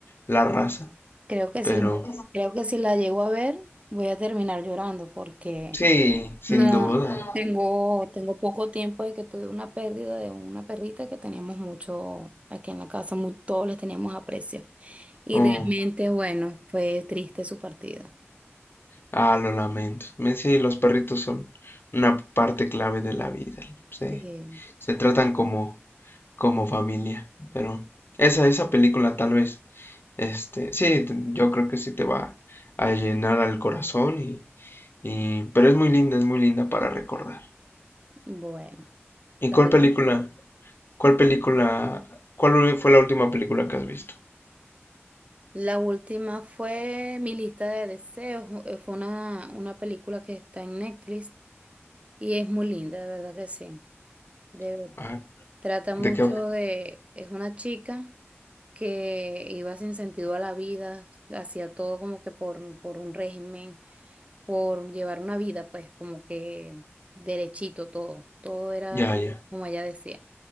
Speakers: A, on the left (about 55°); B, on the right (about 30°).
A: la raza,
B: Creo que
A: pero
B: si, creo que si la llego a ver, voy a terminar llorando porque
A: sí, sin
B: No,
A: duda.
B: tengo, tengo poco tiempo de que tuve una pérdida de una perrita que teníamos mucho aquí en la casa, mu- todos les teníamos aprecio. Y
A: Oh,
B: realmente, bueno, fue triste su partida.
A: ah, lo lamento. Me- Sí, los perritos son una parte clave de la vida. Se,
B: Sí,
A: se tratan como, como familia, pero esa, esa película tal vez, este, sí, te- yo creo que sí te va a llenar al corazón y, y, pero es muy linda, es muy linda para recordar.
B: bueno,
A: ¿Y
B: la
A: cuál
B: vez-
A: película? ¿Cuál película, cuál fue la última película que has visto?
B: La última fue mi lista de deseos. eh, Fue una, una película que está en Netflix y es muy linda, de verdad que sí. de verdad.
A: Ah,
B: Trata
A: ¿de
B: mucho
A: qué?
B: de, es una chica que iba sin sentido a la vida, hacía todo como que por, por un régimen, por llevar una vida, pues como que derechito todo, todo era
A: Ya, ya.
B: como ella decía.